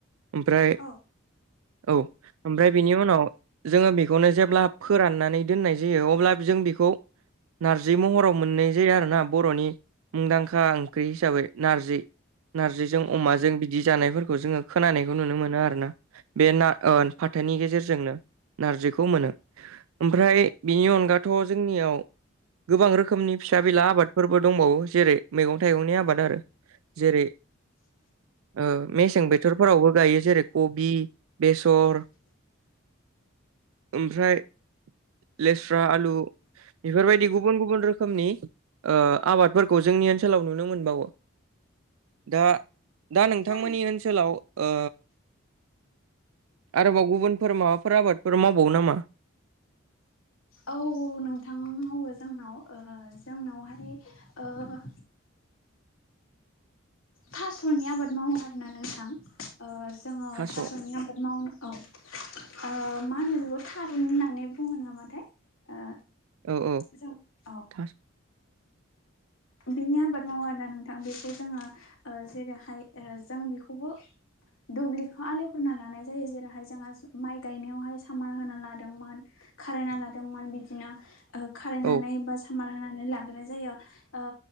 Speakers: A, on the right (about 80°); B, on the left (about 80°).
A: ओमफ्राय
B: औ
A: औ ओमफ्राय बिनि उनाव जोङो बेखौनो जेब्ला फोराननानै दोननाय जयो अब्ला जों बेखौ नार्जि महराव मोननाय जायो आरो ना बर'नि मुंदांखा ओंख्रि हिसाबै नारजि। नार्जिजों अमाजों बिदि जानायफोरखौ जोङो खोनानायखौ नुनो मोनो आरो ना बे ना ओ फाथोनि गेजेरजोंनो नारजिखौ मोनो ।ओमफ्राय बेनि अनगाथ' जोंनियाव गोबां रोखोमनि फिसा बिला आबादफोरबो दंबावो जेरै मैगं थाइगंनि आबाद आरो जेरै ओ मेसें बोथोरफोरावबो गायो जेरै कबि बेसर ओमफ्राय लेस्रा आलु बेफोरबायदि गुबुन गुबुन रोखोमनि ओ आबादफोरखौ जोंनि ओनसोलाव नुनो मोनबावो दा दा नोंथांमोननि
B: जानो
A: ओनसोलाव ओ आरोबाव गुबुनफोर माबाफोर आबादफोर मावबावो नामा?
B: औ नोंथां मावो जोंनाव ओ जोंनावहाय ओ थास'नि आबाद मावो आरोना नोंथां ओ जोङो
A: थास'
B: थास'नि
A: औ
B: आबाद मावनो औ ओ मा होनो बेखौ थारुन होननानै बुङो नामाथाय ओ
A: औ औ
B: जों औ
A: था
B: बिनि आबाद मावो आरोना नोंथां बेखौ जोङो ओ जेरैहाय ओ जों बेखौबो दुब्लिखौ आलेवगोरना लानाय जायो जेरैहाय जोंहा माइ गायनायावहाय सामान होना लादोंमोन खारायना लादोंमोन बिदिनो ओ खारायनानै
A: औ
B: बा सामार होनानै लाग्रोनाय जायो ओ